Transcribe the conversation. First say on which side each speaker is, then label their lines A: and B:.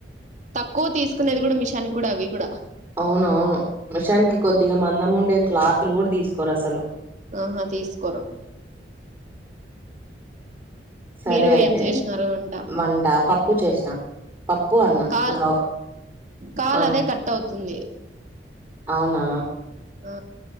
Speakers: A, on the right; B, on the right.
A: తక్కువ తీస్కునేది గుడ మిషనిక్ గుడ అవి కుడా
B: అవునవును మిషానికి కొద్దిగా మందం ఉండే క్లాతుల్ గుడ తీస్కోరసలు
A: ఆహా తీస్కోరు.
B: సరే
A: మీరు
B: అయితే
A: ఏం చేసినారు అంట
B: వంట పప్పు చేస్నా పప్పు, అన్నం
A: కాల్
B: గౌ
A: కాల్
B: ఆ
A: అదే కట్ అవుతుంది.
B: అవునా
A: ఆ